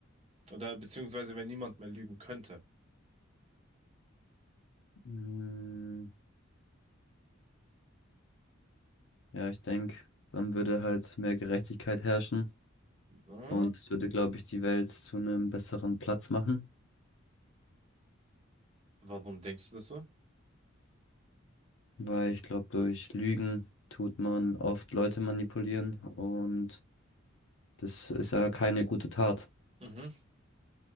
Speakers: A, on the right (about 30°); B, on the left (about 70°).
A: Oder beziehungsweise wenn niemand mehr lügen könnte?
B: Mm, ja, ich denke, dann würde halt mehr Gerechtigkeit herrschen
A: Hm?
B: und es würde, glaube ich, die Welt zu einem besseren Platz machen,
A: Warum denkst du das so?
B: weil ich glaube, durch Lügen tut man oft Leute manipulieren und das ist ja keine gute Tat.
A: Mhm.